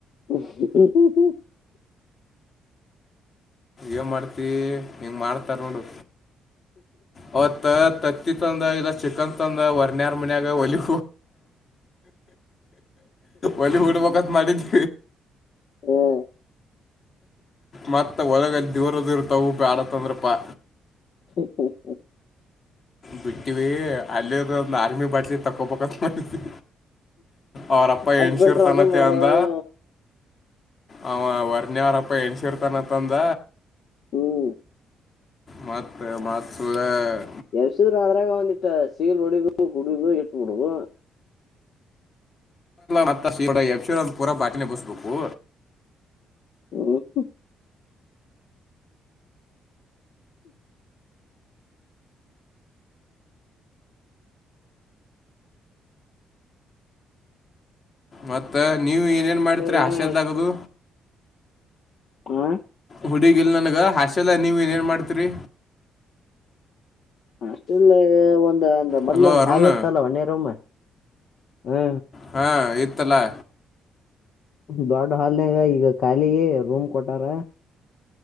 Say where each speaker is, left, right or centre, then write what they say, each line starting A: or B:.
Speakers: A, on the left; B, on the left.
A: ಹ್ಮ ಹ್ಮ್ ಹ್ಮ್ ಹ್ಮ್
B: ಏ ಮಾಡ್ತಿ ಹೆಂಗ್ ಮಾಡ್ತಾರ ನೋಡು ಹೊತ್ತ್. ತಂದ ಇಲ್ಲ ಚಿಕನ್ ತಂದ ವರ್ಯಾರ್ ಮನ್ಯಾಗ ಹೊಲಿ. ಒಲಿ ಊಡ್ಬೇಕಕ್ಕತ್ ಮಾಡಿದ್ದ.
A: ಹ್ಮ್
B: ಮತ್ತ ಒಳಗ ದೂರ ದೂರ ತಗ ಆಡತ್ಂದ್ರಪ್ಪಾ.
A: ಹ್ಮ್ ಹ್ಮ್
B: ಬಿಟ್ಟಿವ ಅಲ್ಲಿದ ಒಂದು ಆರ್ಮಿ ಬಾಟ್ಲಿ ತಕೋಬಂತ ಮಾಡಿದವಿ. ಅವರಪ್ಪ ಹೆನ್ಸಿರು
A: ಅದ್ ಬಿಟ್ರ
B: ತಾನತೇ
A: ಅದು ಮಾಡಾರ
B: ಅಂದ. ಅವ ವರ್ನಿ ಅವಾರಪ್ಪ ಎಣಸಿರ್ತಾನತ್ಂದ.
A: ಹ್ಮ್
B: ಮತ್ <unintelligible>
A: ಎಸದ್ರ ಅದ್ರಾಗ ಒಂದಟ್ಟ ಸೀಗ್ಲ್ ಹೊಡದುು ಕುಡು ಇಟ್ಟಬಿಡುದು.
B: ಮತ್ತ ಇ ಯಶೂರ ಪೂರಾ ಬಾಟಿನ ಬಸ್ಬೇಕು.
A: ಹ್ಮ್
B: ಮತ್ತ ನೀವ ಏನೇನ್
A: ಮತ್ತ
B: ಮಾಡತರಿ
A: ಏನ್
B: ಆಶೆಲ್ದಾಗದು.
A: ಹ
B: ಹುಡುಗಿಲ್ಲ ನನಗೆ ಹಾಸೆಲ್ಲ ನೀವು ಏನೇನು ಮಾಡ್ತೀರಿ.
A: ಅಷ್ಟಲ್ಲ ಒಂದ
B: ಹಲೋ
A: ಮೊದ್ಲ ಒಂದ್
B: ಅರುಣ್
A: ಹಾಲ್ತ್ ಅಲ್ಲ ಒಣೇರೊಮ್ಮ ಹ್ಮ.
B: ಹಾ ಇತ್ತಲ್ಲಾ.
A: ದೊಡ್ಡ ಹಾಲ್ನಾಗ ಈಗ ಖಾಲಿಗ ರೂಮ್ ಕೊಟಾರ.